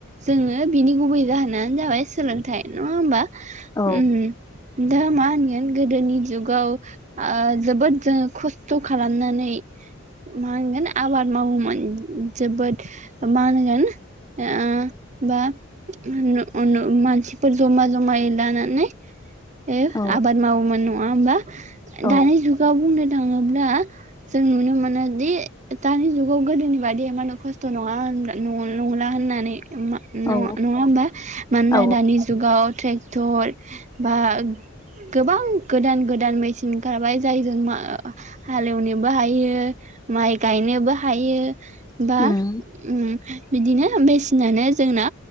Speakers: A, on the right; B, on the left.
A: जोङो बिनि गुबै जाहोनानो जाबाय सोलोंथाइ नङा होमबा?
B: औ
A: उम दा मा होनगोन गोदोनि जुगाव ओ जोबोद जों खस्थ खालामनानै मा होनगोन आबाद मावोमोन जोबोद मा होनगोन ओ बा नु नु मानसिफोर जमा जमायै लानानै। ए
B: औ
A: आबाद मावोमोन नङ नङा होमबा?
B: औ
A: दानि जुगाव बुंनो थाङोब्ला जों नुनो मोनो दि दानि जुगाव गोदोनि बायदि मानो खस्थ नङा होन नंला होननानै मा
B: औ
A: नङा नङा ओमबा मानोना
B: औ
A: दानि जुगाव ट्रेक टर बा गोबां गोदान गोदान मेचिन ओंखारबाय जायजों मा हालेवनोबो हायो माइ गायनोबो हायो। बा
B: उम
A: उम बिदिनो मेसिनानो जोंना